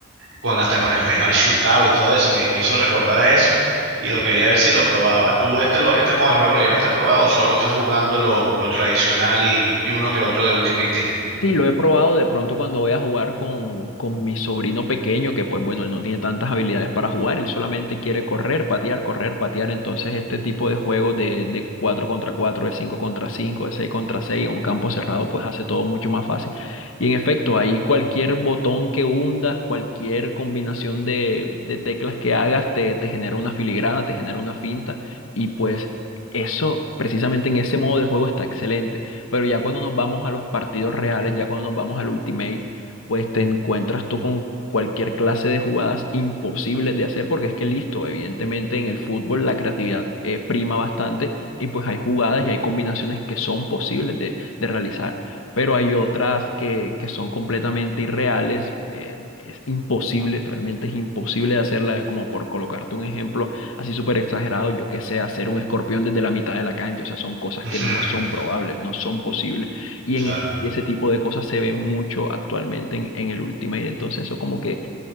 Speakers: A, on the right (about 80°); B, on the left (about 80°).
A: con, hasta con el penal shootout y todo eso, me, me hizo recordar a eso y lo quería ver si lo probaba. ¿Tú este, lo, este modo de juego lo llegaste a probar o solo estás jugando lo, lo tradicional y, y uno que otro de Ultimate Team?
B: Sí, lo he probado de pronto cuando voy a jugar con, con mi sobrino pequeño, que pues bueno, él no tiene tantas habilidades para jugar, él solamente quiere correr, patear, correr, patear. Entonces este tipo de juegos de, de 4 contra 4 de 5 contra 5 de 6 contra 6 en un campo cerrado, pues hace todo mucho más fácil. Y en efecto, ahí cualquier botón que hundas, cualquier combinación de, de teclas que hagas, te, te genera una filigrana, te genera una finta y pues... Eso, precisamente en ese modo de juego está excelente. Pero ya cuando nos vamos a los partidos reales, ya cuando nos vamos al Ultimate, pues te encuentras tú con cualquier clase de jugadas imposibles de hacer, porque es que listo, evidentemente en el fútbol la creatividad eh, prima bastante y pues hay jugadas y hay combinaciones que son posibles de, de realizar. Pero hay otras que, que son completamente irreales, eh, es imposible, realmente es imposible de hacerla, como por colocarte un ejemplo, así súper exagerado, yo qué sé, hacer un escorpión desde la mitad de la cancha, o sea, son cosas
A: <laughs>
B: que no son probables, no son posibles, y
A: Claro.
B: en ese, y ese tipo de cosas se ve mucho actualmente en, en el Ultimate, entonces eso como que